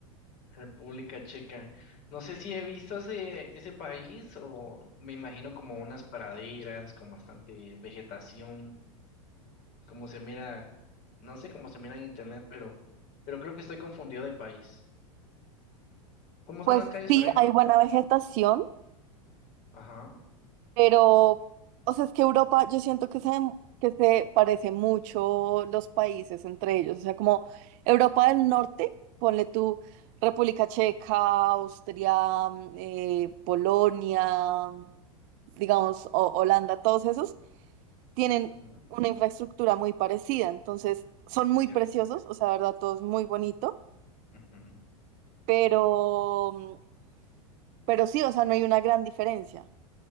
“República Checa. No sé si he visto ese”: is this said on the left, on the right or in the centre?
Left